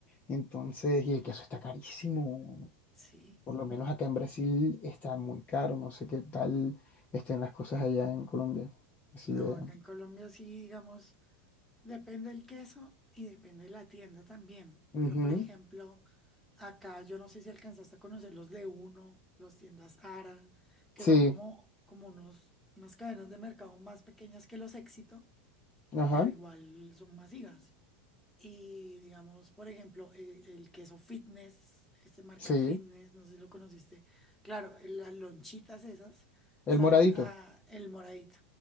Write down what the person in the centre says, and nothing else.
¿sí?
No,
acá en Colombia sí, digamos. Depende del queso y depende de la tienda también. Pero,
por ejemplo, acá yo no sé si alcanzaste a conocer los de uno, los tiendas Ara, que
son como, como unos, unas cadenas de mercado más pequeñas que los Éxito,
pero igual son masivas. Y digamos, por ejemplo, el, el queso fitness, este marca
fitness, no sé si lo conociste. Claro, eh, las lonchitas esas
salen
a el moradito